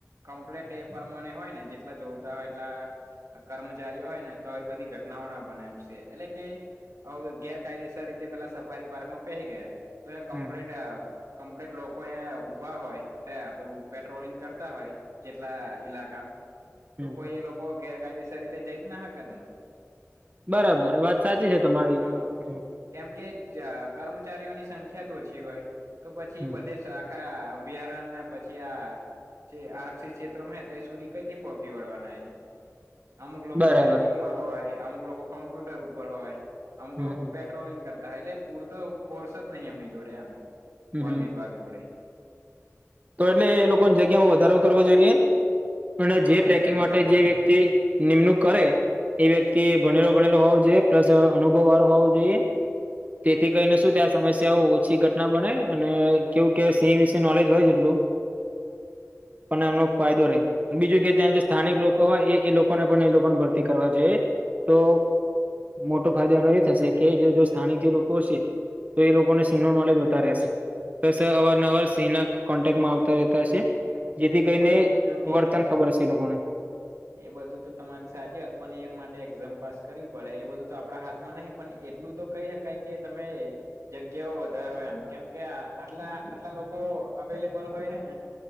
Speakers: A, on the right; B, on the right.
A: કમ્પ્લેટ એ પરમાણે હોય ને જેટલા જોતા હોય એટલા કર્મચારીઓ હોય ને તો આવી બધી ઘટનાઓ ના બને એમ છે એટલે કે હ ગેરકાયદેસર રીતે પેલા સફારી પાર્કમાં પહે ગયા તો એ કમ્પ્લીટ
B: હમ
A: કમ્પ્લીટ લોકો અંયા ઉઊભા હોય પેલું પેટ્રોલિંગ કરતા હોય, જેટલા ઈલાકા
B: હમ
A: તો કોઈ એ લોકો ગેરકાયદેસર રીતે જઈ જ ના હકત ને.
B: બરાબર વાત સાચી
A: જેથી
B: છે તમારી
A: હા
B: હ
A: કેમ કે કર્મચારીઓની સંખ્યા તો ઓછી હોય તો પછી
B: હમ
A: બધે સા આખા અભયારણ્ય ને પછી આ જે આરક્ષિત ક્ષેત્રો હ તં સુધી કઈ થી પહોચી વળવાના એ અમુક લોકો
B: બરાબર
A: ટ્રેકિંગમાં હોય અમુક લોકો કમ્પ્યુટર ઉપર હોય અમુક
B: હમ
A: લોકો પે ્રોલિંગ કરતા એટલે પૂરતો ફોર્સ જ નહં એમની જોડે એમ
B: હમ
A: વન
B: હમ
A: વિભાગ જોડે.
B: તો એટલે એ લોકોને જગ્યામાં વધારો કરવો જોઈએ અને
A: હા
B: જે ટ્રેકિંગ
A: જગ્યામ
B: માટે
A: બધા
B: જે વ્યક્તિ નિમણૂક કરે એ વ્યક્તિ ભણેલો ગણેલો હોવો જોઈએ પ્લસ અનુભવ વાળો હોવો જોઈએ. તેથી કહીને
A: હમ
B: શું ત્યાં તમે? ઓછી ઘટના બને અને કેવું કે સિંહ વિશે નોલેજ હોય, એટલું પણ એમનો ફાયદો રહે બીજું કે ત્યાં જે સ્થાનિક
A: હા
B: લોકો હોય એ એ લોકો લોકોને પણ એ લોકોને ભરતી કરવા જોઈએ તો મોટો ફાયદો એનો એ થશે કે જે જો સ્થાનિક જે લોકો હશે તો એ લોકોને સિંહ નું નોલેજ વધારે હશે, તો સર અવારન અવાર સિંહના કોન્ટેક્ટમાં આવતા રહેતા હશે
A: એ
B: જેથી કરીને
A: એ બધું તો જોકે
B: વર્તન
A: હલો
B: ખબર હશે લોકોને.
A: એ બધું તો તમારી સાચી હોત પણ એ માટે એક્ઝામ પાસ કરવી પડે એ બધું તો, આપણા હાથમાં નહીં પણ એટલું તો કહી શકાય કે તમે જગ્યાઓ વધારો એમ કેમ કે આટલા આટલા લોકો અવેલેબલ હોય હ ને